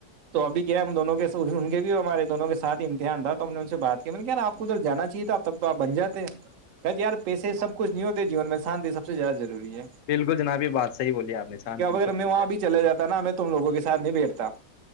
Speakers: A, on the right; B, on the left.
A: تو ابھی کیا ہم دونوں کے ان کے بھی ہمارے دونوں کے سھ امتحان تھا تو ہم نے ان سے بات کہ نے کیا ن آپ کو ادھر جانا چاہیے تھا ا تب تو آپ بن جے ہیں کیا یار پیسے سبچھ نہیں ہوگ جین میں شان سب زیاہ جی
B: بالکل جناب یہ بات صحیح بولی آپ نے شانتی
A: اگر
B: سب
A: میں
B: کچھ
A: وہاں
B: ہے
A: بھی چلا جاتا نا میں تم لوگوں کے ساتھ نہیں بیٹھتا